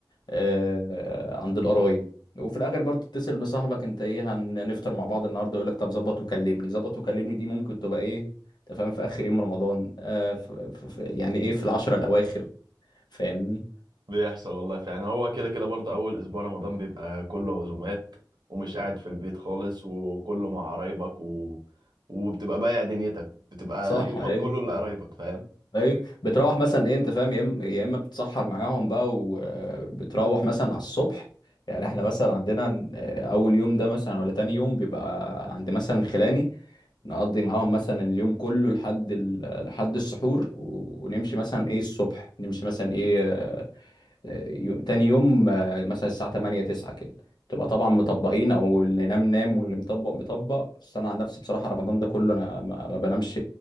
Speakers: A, on the left; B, on the right.
A: آه، عند القرايب وفي الاخر برضه تتصل بصاحبك انت ايه هن- هنفطر مع بعض النهارده يقول لك طب ظبط وكلمني ظبط وكلمني دي ممكن تبقى ايه انت فاهم في اخر يوم رمضان آه ف... ف... ف... يعني ايه في العشرة الاواخر فاهمني
B: بيحصل والله فعلا هو كده كده برضه أول أسبوع رمضان بيبقى كله عزومات ومش قاعد في البيت خالص وكله مع قرايبك و... وبتبقى بايع دنيتك بتبقى
A: صح
B: يومك
A: ايه
B: كله لقرايبك فاهم
A: ايه بتروح مثلا ايه انت فاهم يا اما يا اما بتتسحر معاهم بقى وبتروح مثلا على الصبح يعني احنا مثلا عندنا آه، اول يوم ده مثلا ولا تاني يوم بيبقى عند مثلا خلاني نقضي معاهم مثلا اليوم كله لحد ال- لحد السحور و- ونمشي مثلا ايه الصبح نمشي مثلا ايه آه، يو- تاني يوم آه، مثلا الساعة 8 9 كده تبقى طبعا مطبقين او اللي نام نام واللي مطبق مطبق بس انا عن نفسي بصراحة رمضان ده كله انا ما ما بنامش